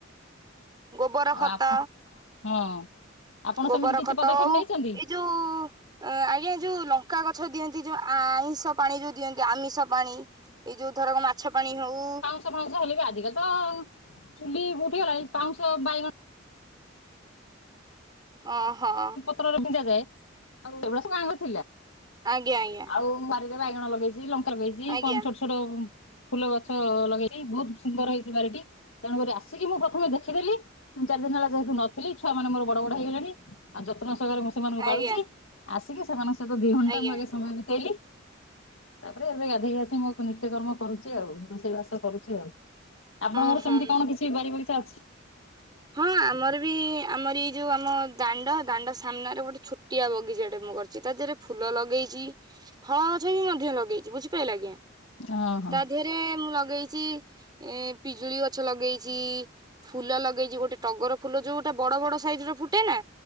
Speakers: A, on the right (about 20°); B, on the left (about 80°).
A: ଗୋବର
B: ଆଉ
A: ଖତ
B: ଆପ ହଁ ଆପଣ
A: ଗୋବର
B: ସେମିତି କିଛି
A: ଖତ
B: ପଦକ୍ଷେପ
A: ହଉ
B: ନେଇଛନ୍ତି
A: ଏ ଯୋ ଉ ଅ ଆଜ୍ଞା ଏ ଯୋଉ ଲଙ୍କା ଗଛ ଦିଅନ୍ତି ଯୋଉ ଆଇଁଷ ପାଣି ଯୋଉ ଦିଅନ୍ତି ଆମିଷ ପାଣି। ଏ ଯୋଉ ଥରକ ମାଛ ପାଣି ହଉ
B: ଶ ଫାଉଁଶ ହେଲେ ବି ଆଜିକାଲି ତ ଆଉ ଚୁଲି ଉଠିଗଲାଣି ପାଉଁଶ ବାଇଗ
A: ଅଁ ହଁ।
B: ପତରରେ ବିଞ୍ଚାଯାଏ ଆଉ ଏ ଭଳିଆ ସବୁ ଆଗୁରୁ ଥିଲା।
A: ଆଜ୍ଞା ଆଜ୍ଞା।
B: ଆଉ ମୁଁ ବାରିରେ ବାଇଗଣ ଲଗେଇଚି ଲଙ୍କା ଲଗେଇଚି
A: ଆଜ୍ଞା
B: କ ଛୋ ଛୋଟ ଫୁଲ ଗଛ ଲଗେଇଚି ବହୁତ ସୁନ୍ଦର ହେଇଛି ବାରିଟି। ତେଣୁକରି ଆସିକି ମୁଁ ପ୍ରଥମେ ଦେଖିଦେଲି ତିନି ଚାରି ଦିନି ହେଲା ଯେହେତୁ ନଥିଲି ଛୁଆମାନେ ମୋର ବଡ ବଡ ହେଇଗଲେଣି। ଆଉ ଯତ୍ନ ସହକାରେ ମୁଁ ସେମାନଙ୍କୁ
A: ଆଜ୍ଞା
B: ପାଳୁଚି ଆସିକି ସେମାନଙ୍କ ସହିତ ଦି ଘଣ୍ଟା
A: ଆଜ୍ଞା
B: ମୁଁ ଆଗେ ସମୟ ବିତେଇଲି। ତାପରେ ଏବେ ଗାଧେଇକି ଆସି ମୋ ନିତ୍ୟକର୍ମ କରୁଚି ଆଉ ରୋଷେଇ ବାସ କରୁଚି ଆଉ। ଆପଣଙ୍କର
A: ଉଁ ହୁଁ
B: ସେମତି କଣ କିଛି ବାରି ବଗିଚା ଅଛି?
A: ହଁ ଆମର ବି ଆମର ଏଇ ଯୋଉ ଆମ ଦାଣ୍ଡ ଦାଣ୍ଡ ସାମ୍ନାରେ ଗୋଟେ ଛୋ ଟିଆ ବଗିଚାଟେ ମୁଁ କରିଚି ତା ଦିହେରେ ଫୁଲ ଲଗେଇଚି ଫଳ ଗଛ ବି ମଧ୍ୟ ଲଗେଇଚି ବୁଝିପାଇଲେ ଆଜ୍ଞା
B: ହଁ ହଁ।
A: ତା ଦେହେ ରେ ମୁଁ ଲଗେଇଚି ଏ ପିଜୁଳି ଗଛ ଲଗେଇଚି ଫୁଲ ଲଗେଇ ଚି ଗୋଟେ ଟଗର ଫୁଲ ଯୋଉ ଗୋଟେ ବଡ ବଡ ସାଇଜ ର ଫୁଟେ ନା